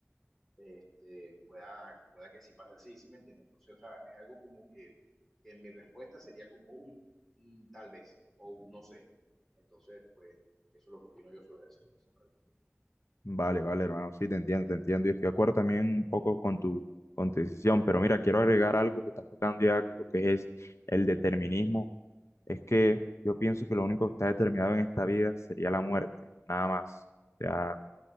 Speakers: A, in the centre; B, on the left (about 65°).
A: este, pueda, pueda que sí pase así, ¿sí me entiendes? Entonces, o sea, es algo como que, que mi respuesta sería como un, un tal vez o un no sé. Entonces, pues, eso es lo que opino yo sobre hacer esa pregunta.
B: Vale, vale, hermano, sí, te entiendo, te entiendo y estoy de acuerdo también un poco con tu, con tu decisión, pero mira, quiero agregar algo que estás tocando ya, lo que es el determinismo Es que yo pienso que lo único que está determinado en esta vida sería la muerte, nada más. Ya